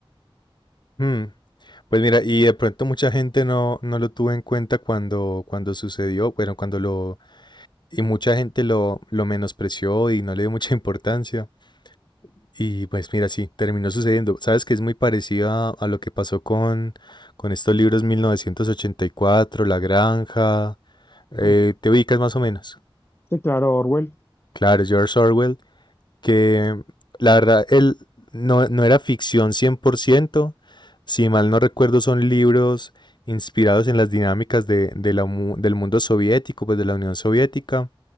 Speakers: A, on the left; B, on the left.
A: Hmm, Pues mira, y de pronto mucha gente no, no lo tuvo en cuenta cuando, cuando sucedió, bueno, cuando lo, y mucha gente lo, lo menospreció y no le dio mucha <laughs> importancia. Y pues mira, sí, terminó sucediendo. Sabes que es muy parecida a lo que pasó con, con estos libros 1984, La Granja. eh,
B: Uf,
A: ¿te ubicas más o menos?
B: sí, claro, Orwell,
A: Claro, George Orwell, que la verdad, él no, no era ficción 100%. Si mal no recuerdo, son libros inspirados en las dinámicas de, de la mu- del mundo soviético, pues de la Unión Soviética.